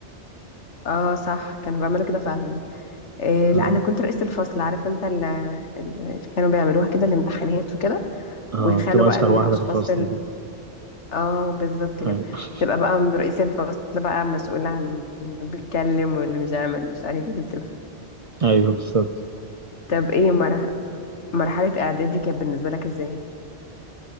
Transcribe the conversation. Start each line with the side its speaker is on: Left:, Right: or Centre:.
Left: اه صح كانوا بيعملوا كده فعلا إيه
Right: اه
Left: لا انا كنت رئيسة الفصل عارف انت ال- ال- اللي كانوا بيعملوها كده الامتحانات وكده
Right: اه
Left: ويخلوا
Right: بتبقى
Left: بقى
Right: أشطر
Left: الاشخاص
Right: واحدة في الفصل دي
Left: اه بالظبط كده
Right: أيوه
Left: تبقى بقى من رئيس الفصل بقى مسؤول عن اللي بيتكلم واللي مش عامل ومش عارف ايه كده
Right: أيوه بالظبط
Left: طب ايه مر... مرحلة اعدادي كانت بالنسبة لك ازاي؟